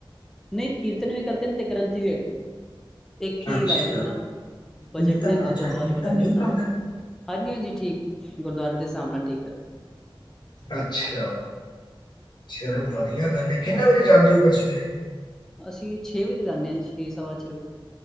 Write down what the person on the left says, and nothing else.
ਅੱਛਾ
ਕੀਰਤਨ
ਅੱਛਾ
ਕੀਰਤਨ
ਠੀਕ
ਕਰਦੇ ਨੇ
ਅੱਛਾ ਚਲੋ ਵਧੀਆ ਗੱਲ ਕਿੰਨੇ ਵਜੇ ਜਾਂਦੇ ਹੋ ਫੇਰ ਸਵੇਰੇ